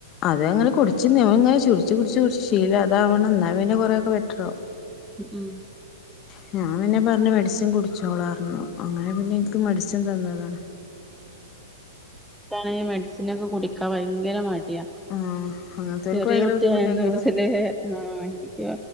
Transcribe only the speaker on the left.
അത് അങ്ങനെ കുടിച്ച് <unintelligible> ചുട്ച്ച് കുടിച്ച് കുടിച്ച് ശീലം അതാവണം ന്നാ പിന്നെ കൊറേയൊക്കെ ബെറ്ററാവും
ഞാൻ പിന്നെ പറഞ്ഞ് മെഡ്സിൻ കുടിച്ചോളാർഞ്ഞു അങ്ങനെ പിന്നെ ൻക്ക് മെഡ്സിൻ തന്നത്
ആഹ് അങ്ങനത്തോൽക്ക്
ഭയങ്കര
ബുദ്ധിമുട്ടായിക്കാരം